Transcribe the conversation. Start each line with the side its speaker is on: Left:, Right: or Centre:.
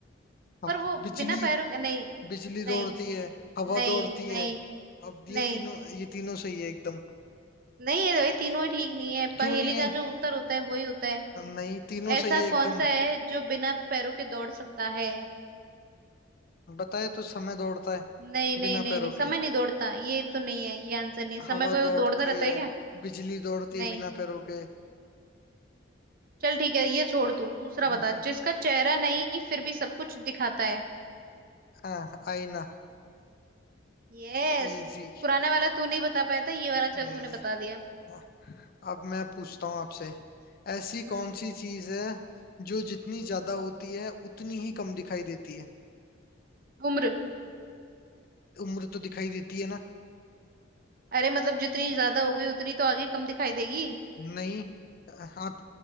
Left: हाँ,
Right: पर वो
Left: बिजली
Right: बिना पैरों के नहीं
Left: बिजली दौड़ती
Right: नहीं
Left: है हवा
Right: नहीं
Left: दौड़ती
Right: नहीं
Left: है अब ये
Right: नहीं
Left: तीनों ये तीनों सही है एकदम
Right: नहीं ये ये तीनों ही ठीक नहीं है
Left: क्यों
Right: पहेली
Left: नहीं
Right: का
Left: है
Right: जो उत्तर होता है वही होता है
Left: नहीं तीनों
Right: ऐसा
Left: सही है एकदम
Right: कौन सा है जो बिना पैरों के दौड़ सकता है
Left: बताए तो समय दौड़ता है
Right: नहीं नहीं
Left: बिना
Right: नहीं
Left: पैरों
Right: नहीं समय
Left: के
Right: नहीं दौड़ता ये तो नहीं है ये आंसर नहीं है। समय
Left: हवा
Right: कोई वो
Left: दौड़ती
Right: दौड़ता रहता
Left: है
Right: है क्या
Left: बिजली दौड़ती
Right: नहीं
Left: है बिना पैरों के
Right: चल ठीक है ये छोड़ तू दूसरा
Left: हम्म,
Right: बता
Left: हम्म,
Right: जिसका चेहरा नहीं फिर भी सब कुछ दिखाता है
Left: हाँ आईना
Right: यस
Left: इजी
Right: पुराने वाला तू नहीं बता पाया था ये वाला
Left: नहीं
Right: चल तूने बता दिया
Left: हाँ, अब मैं पूछता हूँ आपसे ऐसी
Right: हम्म
Left: कौन सी चीज है जो जितनी ज्यादा होती है उतनी ही कम दिखाई देती है
Right: उम्र
Left: उम्र तो दिखाई देती है ना
Right: अरे मतलब जितनी ज्यादा हो गई उतनी तो आगे कम दिखाई देगी
Left: नहीं आप